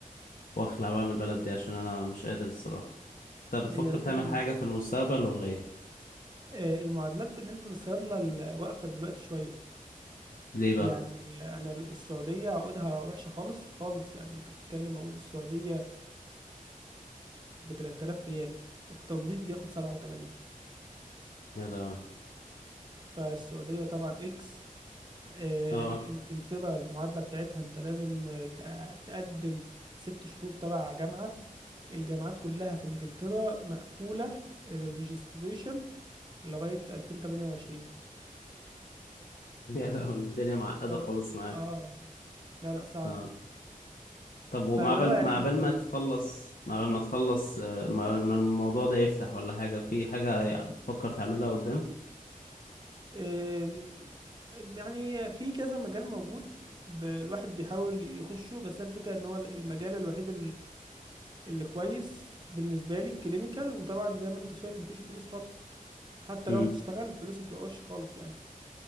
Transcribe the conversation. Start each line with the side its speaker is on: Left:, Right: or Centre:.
Left: واخلع بقى من البلد دي عشان انا مش قادر الصراحة انت بتفكر
Right: هي ال
Left: تعمل
Right: ال
Left: حاجة في المستقبل ولا ايه
Right: آه، المعادلات بالنسبة للصيادلة ال- واقفة دلوقتي شوية
Left: ليه بقى
Right: يعني انا ال- السعودية عقودها وحشة خالص خالص يعني انت بتتكلم عقود السعودية ب 3000 ريال التمريض بياخد سبعة وتمانية
Left: يلا
Right: فالسعودية طبعا اكس آه،
Left: اه
Right: انجلترا المعادلة بتاعتها انت لازم آه، تق- تقدم ست شهور تبع جامعة الجامعات كلها في انجلترا مقفولة للريجستريشن لغاية 2028
Left: <laughs> يلا الدنيا معقدة
Right: ف...
Left: خالص معاك
Right: اه لا لا صعب
Left: اه طب ومع
Right: فاللي
Left: بال
Right: هو يعني
Left: مع
Right: انت
Left: بال ما تخلص مع بال ما تخلص آه، مع بال ما الموضوع ده يفتح ولا حاجة في حاجة بتفكر تعملها قدام
Right: آم، يعني في كذا مجال موجود ب- الواحد بيحاول يخشه بس هي الفكرة ان هو المجال الوحيد اللي كويس بالنسبة لي الكلينيكال وطبعا زي ما انت شايف مفيش فلوس خالص حتى
Left: امم
Right: لو هتشتغل فلوسها بتبقى وحشة خالص يعني